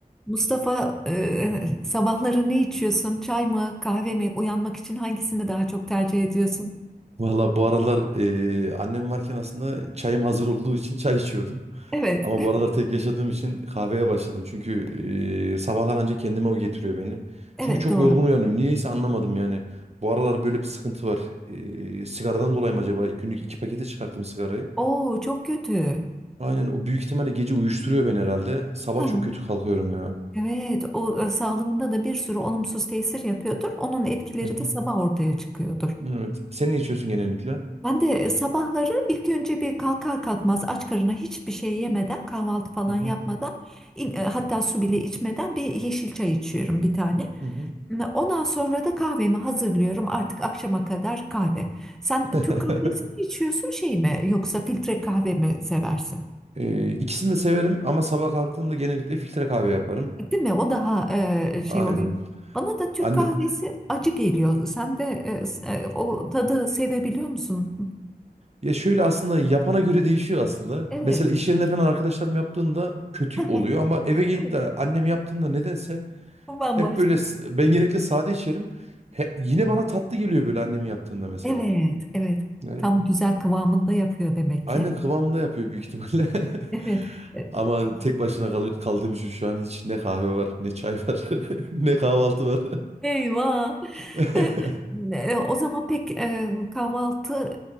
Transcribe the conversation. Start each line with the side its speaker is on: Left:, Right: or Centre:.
Centre: Mustafa, e, sabahları ne içiyorsun? Çay mı, kahve mi? Uyanmak için hangisini daha çok tercih ediyorsun?
Right: Valla bu aralar eee, annem varken aslında çayım hazır olduğu için çay içiyordum.
Centre: Evet,
Right: Ama bu aralar tek yaşadığım için kahveye başladım. Çünkü eee, sabahlar ancak kendime o getiriyor beni.
Centre: evet
Right: Çünkü çok
Centre: doğru.
Right: yorgun uyanıyorum. Niyeyse anlamadım yani. Bu aralar böyle bir sıkıntı var. Eee, sigaradan dolayı mı acaba? Günlük iki pakete çıkarttım sigarayı.
Centre: Oo, çok kötü.
Right: Aynen o büyük ihtimalle gece uyuşturuyor beni herhalde. Sabah
Centre: Ha,
Right: çok kötü kalkıyorum ya.
Centre: Evet, o e, sağlığında da bir sürü olumsuz tesir yapıyordur. Onun etkileri
Right: Hı hı.
Centre: de sabah ortaya çıkıyordur.
Right: Evet. Sen ne içiyorsun genellikle?
Centre: Ben de e, sabahları ilk önce bir kalkar kalkmaz aç karına hiçbir şey yemeden, kahvaltı falan
Right: Hı hı.
Centre: yapmadan, in- e, hatta su bile içmeden bir yeşil çay içiyorum bir tane.
Right: Hı hı.
Centre: Ondan sonra da kahvemi hazırlıyorum. Artık akşama kadar kahve. Sen
Right: <laughs>
Centre: Türk kahvesi mi içiyorsun şey mi yoksa filtre kahve mi seversin?
Right: Eee, ikisini de severim ama sabah kalktığımda genellikle filtre kahve yaparım.
Centre: Değil mi? O daha e, şey
Right: Aynen.
Centre: oluyor. Bana da Türk
Right: Anne,
Centre: kahvesi acı geliyor. Sen de e, s- e, o tadı sevebiliyor musun?
Right: ya şöyle aslında yapana göre değişiyor aslında.
Centre: Evet.
Right: Mesela iş yerinde falan arkadaşlarım yaptığında kötü
Centre: <laughs>
Right: oluyor ama eve gelip
Centre: Evet.
Right: de annem yaptığında nedense
Centre: Bambaşka.
Right: hep böyle s- ben genellikle sade içerim. He- yine bana tatlı geliyor böyle annem yaptığında mesela.
Centre: Evet, evet.
Right: Yani
Centre: Tam güzel kıvamında yapıyor demek
Right: aynen
Centre: ki.
Right: kıvamında yapıyor büyük ihtimalle.
Centre: Evet.
Right: <laughs> Ama
Centre: E,
Right: tek başına kal- kaldığım için şu an hiç ne kahve var, ne çay var, <laughs> ne kahvaltı var.
Centre: Eyvah.
Right: <laughs>
Centre: <laughs> Ne, O zaman pek e, kahvaltı